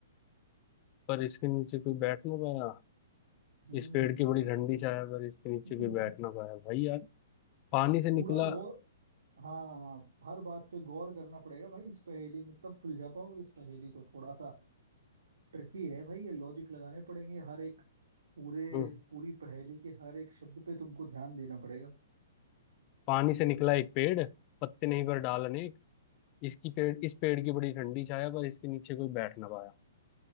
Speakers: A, on the left; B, on the right.
A: पर इसके नीचे कोई बैठ ना पाया
B: हम्म
A: इस पेड़ की बड़ी
B: भाई
A: ठंडी
B: इस
A: छाया पर इसके नीचे
B: <laughs>
A: कोई बैठ ना पाया भाई यार पानी से निकला
B: पूरा गौर हाँ हर बात पे गौर करना पड़ेगा भाई इस पहेली में तब सुलझा पाओगे इस पहेली को थोड़ा सा ट्रिकी है भाई ये लॉजिक लगाने पड़ेंगे हर एक पूरे
A: हम्म,
B: पूरी पहेली के हर एक शब्द पे तुमको ध्यान देना पड़ेगा
A: पानी से निकला एक पेड़ पत्ते नहीं पर डाल अनेक इसकी पेड़ इस पेड़ की बड़ी ठंडी छाया पर इसके नीचे कोई बैठ ना पाया